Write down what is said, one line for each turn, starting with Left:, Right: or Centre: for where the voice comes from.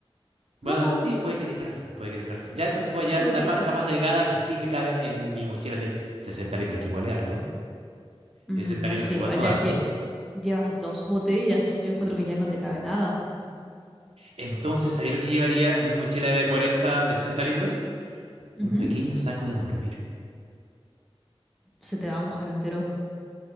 Centre: No,
Right: Bueno,
Centre: pues,
Right: sí, puede que tenga razón, puede que tenga razón. Ya entonces voy
Centre: sí,
Right: a llevar
Centre: pues,
Right: una
Centre: sí.
Right: parca más delgada que sí me cabe en mi mochila de sesenta litros, que igual es harto.
Centre: Mm,
Right: 60
Centre: no
Right: litros
Centre: sé,
Right: igual
Centre: igual
Right: son
Centre: ya
Right: harto.
Centre: lle- llevas dos botellas. Yo encuentro que ya no te cabe nada.
Right: Entonces, ahí lo que llevaría en mi mochila de cuarenta, de sesenta litros?
Centre: Ujú.
Right: Un pequeño saco de dormir.
Centre: Se te va a mojar entero.